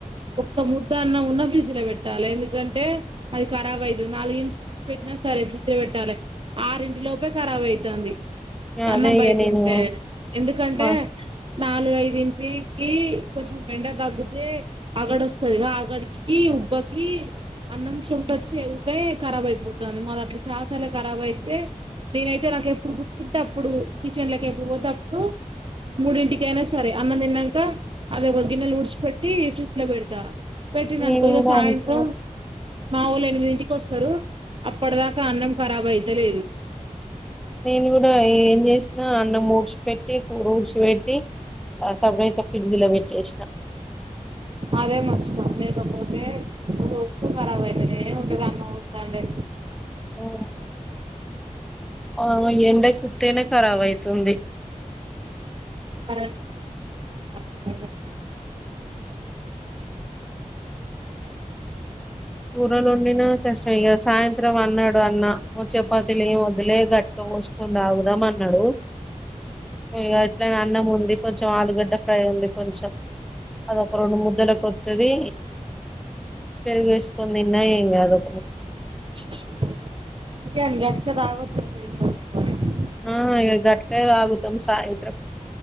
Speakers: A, on the right; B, in the centre.
A: ఒక్క ముద్ద అన్నం ఉన్న ప్రిజ్ లో పెట్ట పెట్టాలి ఎందుకంటే అది ఖర్బ్ అయితది నాలుగింటి వూడిసిపెట్టిన సరే ఫ్రిడ్జ్ లో పెట్టాలే ఆరు లోపే ఖరాబ్ అయితంది ఈ అన్నం
B: అదే ఇగ
A: బయట
B: నేను
A: ఉంటే ఎందుకంటే
B: మా
A: నాలుగుఐదు ఇంటి కి కొంచెం మెంట తగ్గితే ఆగడ్ వస్తాదిగా ఆగడికి, ఉబ్బకి అన్నం చమట వచ్చి ఉకే కరాబ్ అయిపోతాది మాది అట్లా చాలా సార్లు కరాబ్ అయితే నేనైతే నాకు ఎప్పుడు గుర్తుంటేప్పుడు కిచెన్ లకి ఎప్పుడు పోతే అప్పుడు మూడింటికి అయినా సరే అన్నం తిన్నాక అది ఒక గిన్నెలు ఉడ్చిపెట్టి ఫ్రిడ్జ్ లో పెడతా పెట్టిననుకో
B: నేను
A: ఇగా
B: కూడా
A: సాయంత్రం
B: అంతే
A: మా వాళ్లు ఎనిమిదింటికి వస్తారు అప్పటిదాకా అన్నం ఖరాబ్ అయితే లేదు
B: నేను కూడా ఏం చేసిన అన్నం ఊడ్చిపెట్టి కూర ఊడ్చిపెట్టి ఆ సడతే ప్రిజ్ లో పెట్సిన
A: అదే మర్చిపోను లేకపోతే <unintelligible> కార్బ్ అయిత నే ఉంటాది ఉత్తగానే
B: ఓ ఆ ఎండకు ఉత్తగానే కరాబ్ అయితుంది
A: <unintelligible>
B: కూరలాడిన కష్టం ఇగా సాయంత్రం అన్నాడు అన్న చపాతలు ఏం వదులే గట్టుక పోసుకొని తాగుదాం అన్నాడు ఇగా అట్లానే అన్నం ఉంది కొంచెం ఆలుగడ్డ ఫ్రై ఉంది కొంచెం అదొక రెండు ముద్దలకొత్తది పెరుగు వేసుకుందిన్న ఏమ్ గాదు
A: <unintelligible>
B: ఆ ఇ గట్లనే తాగుతం సాయంత్రం